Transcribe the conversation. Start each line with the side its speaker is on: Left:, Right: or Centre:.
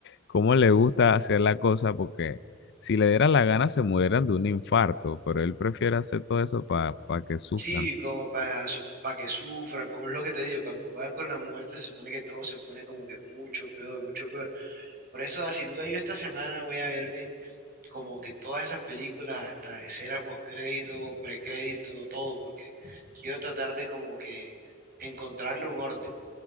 Left: cómo le gusta hacer la cosa, porque si le diera la gana se murieran de un infarto, pero él prefiere hacer todo eso para que sufran.
Right: Sí, como para pa que sufran, como es lo que te digo, cuando juegan con la muerte se supone que todo se pone como que mucho peor, mucho peor. Por eso, ah, sin duda, yo esta semana voy a verme como que todas esas películas, hasta escena postcrédito, precrédito, todo, porque quiero tratar de como que encontrarle un orden.